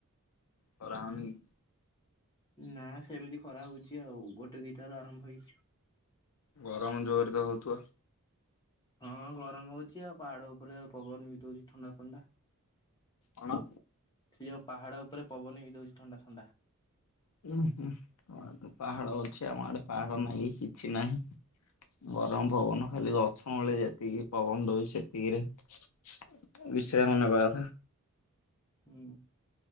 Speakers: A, on the left (about 80°); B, on the left (about 20°).
A: ଖରା ହେଉନି କି?
B: ନା ସେମିତି ଖରା ହଉଛି ଆଉ ଗୋଟେ ଦିଟାରୁ ଆରମ୍ଭ ହେଇଛି।
A: ଗରମ ଜୋରେ ତ ହଉଥବ।
B: ହଁ ଗରମ ହଉଛି ଆଉ ପାହାଡ ଉପରେ ପବନ ବି ଦଉଛି ଥଣ୍ଡା ଥଣ୍ଡା।
A: କଣ?
B: ସେ ଯୋଉ ପାହାଡ ଉପରେ ପବନ ବି ଦଉଛି ଥଣ୍ଡା ଥଣ୍ଡା।
A: ହୁଁ ହୁଁ ତମ ଆଡ଼େ ତ ପାହାଡ ଅଛି ଆମ ଆଡେ ପାହାଡ ନାହିଁ କିଛି ନାହିଁ। ଗରମ ପବନ ଖାଲି ଗଛ ମୂଳେ ଯେତିକି ପବନ ଦଉଛି ସେତିକିରେ ବିଶ୍ରାମ ନବା କଥା।
B: ହୁଁ।